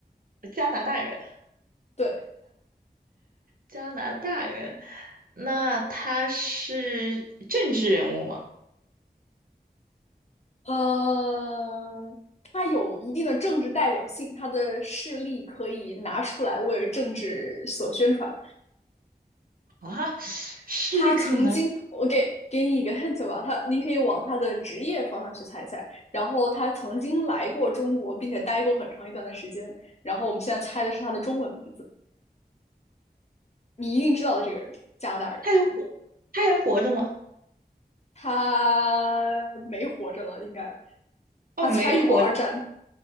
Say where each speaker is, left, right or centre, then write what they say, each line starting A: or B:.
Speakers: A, on the right (about 60°); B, on the left (about 40°).
A: 加拿大人，
B: 对，
A: 加拿大人，那他是政治人物吗？
B: 呃，他有一定的政治代表性，他的事例可以拿出来为政治所宣传。
A: 啊，势力可以拿，
B: 他曾经，我给给你一个 hint 吧，他你可以往他的职业方向去猜一猜。然后他曾经来过中国，并且待过很长一段的时间。然后我们现在猜的是他的中文名字，你一定知道的这个人，加拿大人，
A: 他还活，他还活着吗？
B: 他没活着了，应该
A: 哦，
B: 他参与过二战。
A: 没活着